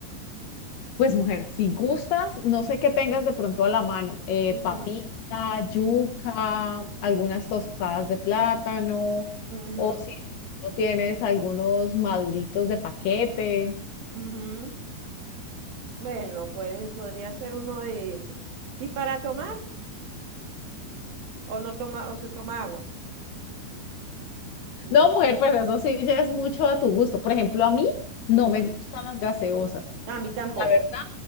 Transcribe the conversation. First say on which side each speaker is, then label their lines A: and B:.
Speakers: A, on the left; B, on the right.
A: Pues mujer, si gustas, no sé qué tengas de pronto a la mano, eh,
B: Ujú.
A: papita, yuca, algunas tostadas de plátano,
B: ujú.
A: o si de pronto tienes algunos maduritos de paquete.
B: Ujú. Bueno, puede, podría ser uno de esos. ¿Y para tomar? ¿O no toma, o se toma agua?
A: No,
B: No
A: mujer,
B: sé.
A: pues eso sí ya es mucho a tu gusto. Por ejemplo, a mí no
B: Ujú.
A: me gustan las gaseosas.
B: A mí tampoco.
A: La verdad,